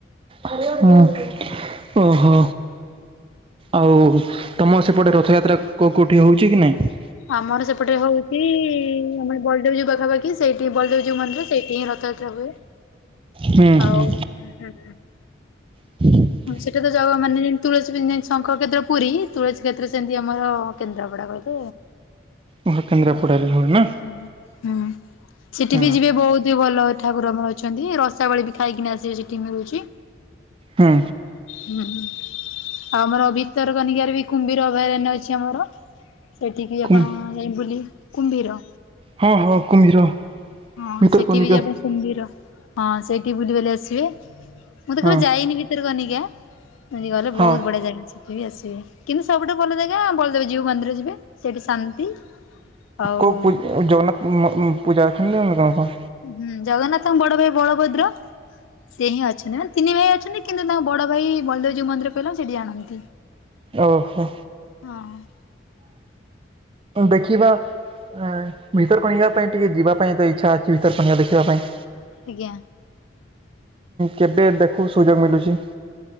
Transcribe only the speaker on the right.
ହୁଁ ଓହୋ।
ଆଉ ତମ ସେପଟେ ରଥଯାତ୍ରା କେଉ କେଉଠି ହଉଛି କି ନାହିଁ।
ହୁଁ ହୁଁ।
<inaudible>
ଓହୋ କେନ୍ଦ୍ରାପଡାରେ ହୁଏ
ନା
ହଁ
ହୁଁ।
କୁମ୍
ହଁ ହଁ କୁମ୍ଭୀର
ଭିତରକନିକା
ହଁ
ହଁ
କଉ ପ ଜଗନ୍ନାଥ ପୂଜା ଅଛନ୍ତି <unintelligible> ଗଣ କ।
ଓହୋ।
ଦେଖିବା। ଆଁ ଭିତର କନିକା ପାଇଁ ଟିକେ ଯିବା ପାଇଁ ତ ଇଚ୍ଛା ଅଛି ଭିତର କନିକା ଦେଖିବା ପାଇଁ।
କେବେ ଦେଖୁ ସୁଯୋଗ ମିଲୁଛି।